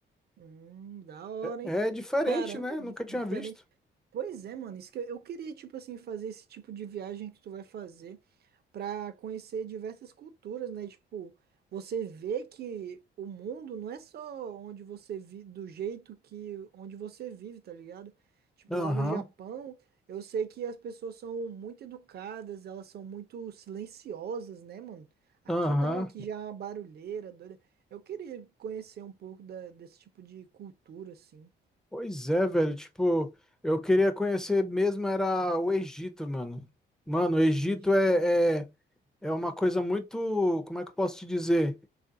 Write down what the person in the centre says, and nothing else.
É diferente,
né?
Nunca tinha
visto.
Aham,
aham.
Pois é, velho. Tipo, eu queria conhecer mesmo era o Egito, mano. Mano, o Egito
é, é, é uma coisa muito. Como é que eu posso te dizer?